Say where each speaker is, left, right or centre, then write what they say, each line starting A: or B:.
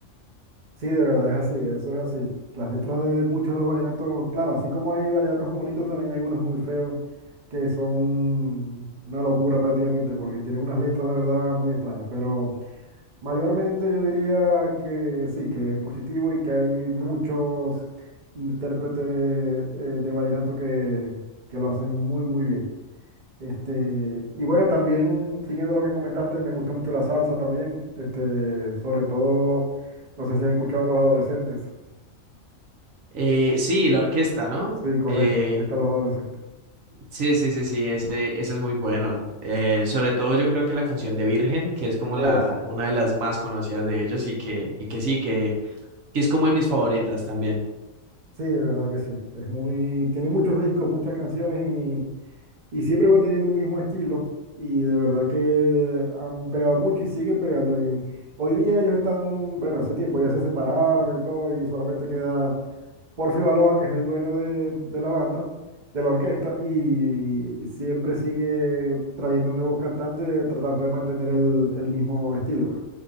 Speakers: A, on the right; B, on the right.
A: Sí, de verdad es así, eso es así. Las letras de muchos de los vallenatos, claro, así como hay vallenatos muy bonitos, también hay unos muy feos que son una locura prácticamente, porque tienen unas letras de verdad muy extrañas, pero... Mayormente yo diría que sí, que es positivo y que hay muchos intérpretes eh, de vallenato que, que lo hacen muy, muy bien. Este, y bueno, también, siguiendo lo que comentaste, me gusta mucho la salsa también, este, sobre todo, no sé si has escuchado a los adolescentes.
B: Eh, sí, la orquesta, ¿no?
A: Sí, correcto,
B: Eh,
A: aquí están los adolescentes.
B: Sí, sí, sí, sí, ese, ese es muy bueno. Eh, sobre todo yo creo que la canción de Virgen, que es como
A: Eso,
B: la, una de las más conocidas de ellos y que, y que sí, que, que es como de mis favoritas también.
A: sí, de verdad que sí. Es muy, tiene muchos discos, muchas canciones y y siempre manteniendo un mismo estilo y de verdad que han pegado mucho y siguen pegando. en- hoy día ellos están, bueno, hace tiempo ya se separaron y todo y solamente queda Porfi Baloa, que es el dueño de, de la banda, de la orquesta y, siempre sigue trayendo nuevos cantantes tratando de mantener el, el mismo estilo, pues.